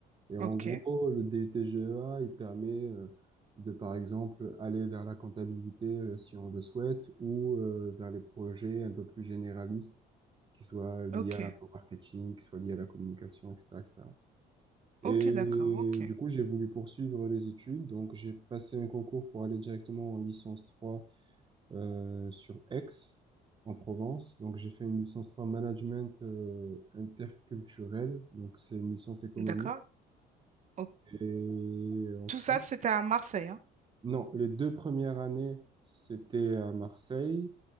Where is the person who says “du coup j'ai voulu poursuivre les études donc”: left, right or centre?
Right